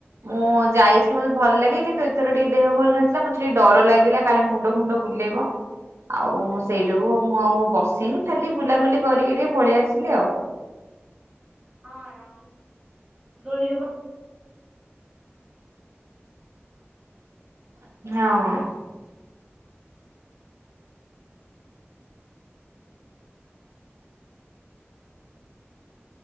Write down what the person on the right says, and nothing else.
ମୁଁ ଯାଇଥିଲି ମତେ ଭଲ ଲାଗେ, କିନ୍ତୁ ଏଥର ଟିକେ ଦେହ ଭଲ ନଥିଲା ମତେ ଟିକେ ଡର ଲାଗିଲା କାଳେ ମୁଣ୍ଡ ଫୁଣ୍ଡ ବୁ ବୁଲେଇବ। ଆଉ ସେଇ ଯୋଗୁ ମୁଁ ଆଉ ବସିନି, ଖାଲି ବୁଲାବୁଲି କରିକି ଟିକେ ପଳେଇ ଆସିଲି ଆଉ।
ହଁ।